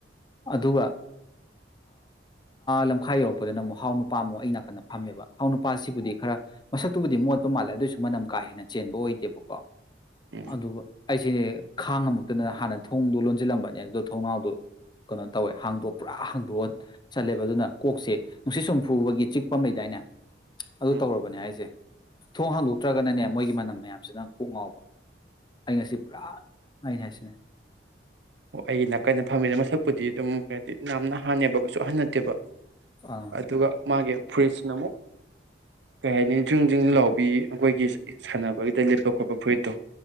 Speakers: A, on the left (about 25°); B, on the right (about 70°).
A: ꯑꯗꯨꯒ ꯂꯝꯈꯥꯏ ꯌꯧꯔꯛꯄꯗꯅ ꯑꯃꯨꯛ ꯍꯥꯎ ꯅꯨꯄꯥ ꯑꯃꯨꯛ ꯑꯩ ꯅꯥꯀꯟꯗ ꯐꯝꯃꯦꯕ ꯍꯥꯎ ꯅꯨꯄꯥꯁꯤꯕꯨꯗꯤ ꯈꯔ ꯃꯁꯛꯇꯨꯕꯨꯗꯤ ꯃꯣꯠꯄ ꯃꯥꯜꯂꯦ ꯑꯗꯨꯏꯁꯨ ꯃꯅꯝ ꯀꯥ ꯍꯦꯟꯅ ꯆꯦꯟꯕ ꯑꯣꯏꯗꯦꯕꯀꯣ
B: ꯎꯝ
A: ꯑꯗꯨꯒ ꯑꯩꯁꯦ ꯈꯥꯡ ꯑꯃꯃꯨꯛꯇꯗ ꯍꯥꯟꯅ ꯊꯣꯡꯗꯣ ꯂꯣꯟꯁꯤꯜꯂꯝꯕꯅꯦ ꯑꯗꯣ ꯊꯣꯡꯅꯥꯎꯗꯣ ꯀꯩꯅꯣ ꯇꯧꯋꯦ ꯍꯥꯡꯗꯣꯛ ꯄꯨꯔꯥ ꯍꯥꯡꯗꯣꯛꯑ ꯆꯠꯂꯦꯕ ꯑꯗꯨꯅ ꯀꯣꯛꯁꯦ ꯅꯨꯡꯁꯤꯠ ꯁꯨꯝ ꯐꯨꯕꯒꯤ ꯆꯤꯛꯄꯝ ꯂꯩꯗꯥꯏꯅꯦ ꯑꯗꯨ
B: ꯎꯝ
A: ꯇꯧꯔꯕꯅꯦ ꯍꯥꯏꯁꯦ ꯁꯦ ꯊꯣꯡ ꯍꯥꯡꯗꯣꯛꯇ꯭ꯔꯒꯅꯅꯦ ꯃꯣꯏꯒꯤ ꯃꯅꯝ ꯃꯌꯥꯝꯁꯤꯅ ꯀꯣꯛ ꯉꯥꯎꯕ ꯑꯩ ꯉꯁꯤ ꯄꯨꯔꯥ ꯑꯩꯅ ꯍꯥꯏꯁꯤꯅꯦ
B: ꯑꯣ ꯑꯩꯒꯤ ꯅꯥꯀꯟꯗ ꯐꯝꯃꯤꯗ ꯃꯁꯛꯄꯨꯗꯤ ꯑꯗꯨꯝ ꯀ꯭ꯔꯦꯗꯤꯠ ꯌꯥꯝꯅ ꯍꯅꯦꯕ ꯀꯩꯁꯨ ꯑꯍꯟ ꯅꯠꯇꯦꯕ
A: ꯑꯥ
B: ꯑꯗꯨꯒ ꯃꯥꯒꯤ ꯐ꯭ꯔꯤꯖꯅ ꯑꯃꯨꯛ ꯀꯩ ꯍꯥꯏꯅꯤ ꯗ꯭ꯔꯤꯡ ꯗꯔꯤꯡ ꯂꯥꯎꯕꯤ ꯑꯩꯈꯣꯏꯒꯤ ꯁꯥꯟꯅꯕꯒꯤꯗ ꯂꯦꯞꯄ ꯈꯣꯠꯄ ꯐꯨꯔꯤꯠꯇꯣ